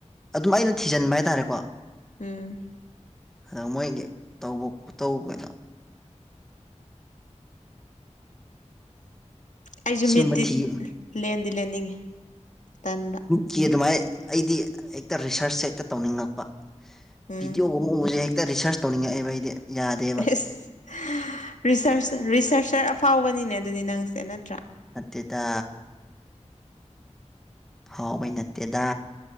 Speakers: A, in the centre; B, on the left (about 80°).
A: ꯑꯗꯨꯝ ꯑꯩꯅ ꯊꯤꯖꯟꯕ ꯍꯥꯏꯇꯥꯔꯦꯀꯣ
B: ꯎꯝ
A: ꯑꯗ ꯃꯣꯏꯒꯤ ꯇꯧꯕ ꯈꯨꯇꯧ ꯀꯩꯅꯣ
B: ꯑꯩꯁꯨ
A: ꯁꯤꯒꯨꯝꯕ
B: ꯃꯤꯠꯇꯤ
A: ꯊꯤ
B: ꯂꯦꯟꯗꯤ ꯂꯦꯟꯅꯤꯡꯉꯤ ꯇꯟꯕ
A: ꯀꯤ ꯑꯗꯨꯃꯥꯏ ꯑꯩꯗꯤ ꯍꯦꯛꯇ ꯔꯤꯁꯔꯁꯁꯦ ꯍꯦꯛꯇ ꯇꯧꯅꯤꯡꯉꯛꯄ
B: ꯎꯝ
A: ꯕꯤꯗꯤꯑꯣꯒꯨꯝ ꯎꯕꯁꯦ ꯍꯦꯛꯇ ꯇ ꯔꯤꯁꯔꯁ ꯇꯧꯅꯤꯡꯉꯛꯑꯦꯕ ꯑꯩꯗꯤ ꯌꯥꯗꯦꯕ
B: ꯑꯦꯁ ꯔꯤꯁꯔꯁ ꯔꯤꯁꯔꯆꯔ ꯑꯐꯥꯎꯕꯅꯤꯅꯦ ꯑꯗꯨꯗꯤ ꯅꯪꯁꯦ ꯅꯠꯇ꯭ꯔꯥ
A: ꯅꯠꯇꯦꯗ ꯍꯥꯎꯕꯩ ꯅꯠꯇꯦꯗ